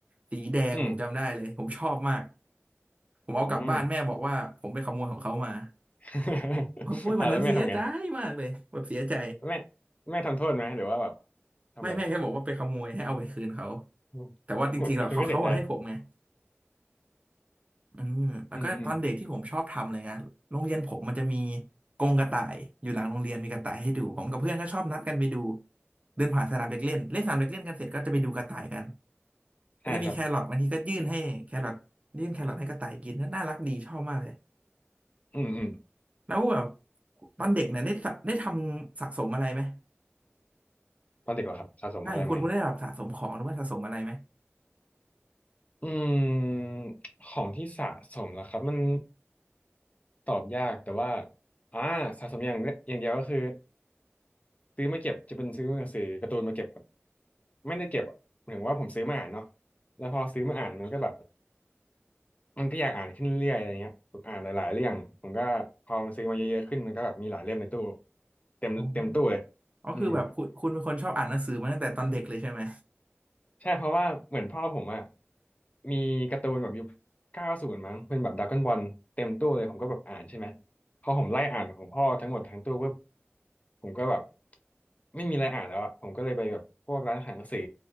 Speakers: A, on the right (about 30°); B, on the left (about 30°).
A: สีแดงผมจำได้เลยผมชอบมาก
B: อืม
A: ผมเอากลับบ้านแม่บอกว่าผมไปขโมยของเขามา
B: อืม <laughs>
A: โอ้ยวันนั้นเสียใจมากเลยแบบเสียใจ
B: อ่าแล้วแม่ทำไงแม่แม่ทำโทษไหมหรือว่าแบบทำอะไร
A: ไม่แม่แค่บอกว่าไปขโมยให้เอาไปคืนเขา
B: อืม
A: แต่ว่าจริงๆแล้วเขาเขาอะให้ผมไง
B: <laughs> คุณก็เสียใจ
A: อืมแล้วก็ตอนเด็กที่ผมชอบทำเลยนะโรงเรียนผมมันจะมี
B: อืมอืม
A: กรงกระต่ายอยู่หลังโรงเรียนมีกระต่ายให้ดูผมกับเพื่อนก็ชอบนัดกันไปดูเดินผ่านสนามเด็กเล่นเล่นสนามเด็กเล่นกันเสร็จก็จะไปดูกระต่ายกันก็จะมีแครอทบางทีก็ยื่นให้แครอทยื่นแครอทให้กระต่ายกินก็น่ารักดีชอบมากเลย
B: อ่าครับอืมอืม
A: แล้วแบบตอนเด็กเนี่ยได้สะได้ทำสะสมอะไรไหม
B: ตอนเด็กเหรอครับสะสมอะไรไหม
A: ใช่คุณคุณได้แบบสะสมของหรือว่าสะสมอะไรไหม
B: อืมของที่สะสมเหรอครับมันตอบยากแต่ว่าอ่าสะสมอย่างอย่างเดียวก็คือ ซื้อมาเก็บจะเป็นซื้อหนังสือการ์ตูนมาเก็บครับไม่ได้เก็บอะหมายถึงว่าผมซื้อมาอ่านเนาะแล้วพอซื้อมาอ่านมันก็แบบมันก็อยากอ่านขึ้นเรื่อยๆอะไรเงี้ยแอ่านหลายๆเรื่องผมก็พอมันซื้อมาเยอะๆขึ้นมันก็แบบมีหลายเล่มในตู้เต็มเต็มตู้เลย
A: อ๋ออ๋อคือแบบคุณคุณเป็นคนชอบอ่านหนังสือมาตั้งแต่ตอนเด็กเลยใช่ไหม
B: อืม ใช่เพราะว่าเหมือนพ่อผมอะมีการ์ตูนแบบยุคเก้าศูนย์มั้งเป็นแบบดราก้อนบอลเต็มตู้เลยผมก็แบบอ่านใช่ไหมพอผมไล่อ่านของพ่อทั้งหมดทั้งตู้ปุ๊บผมก็แบบไม่มีอะไรอ่านแล้วอะผมก็เลยไปแบบพวกร้านขายหนังสือ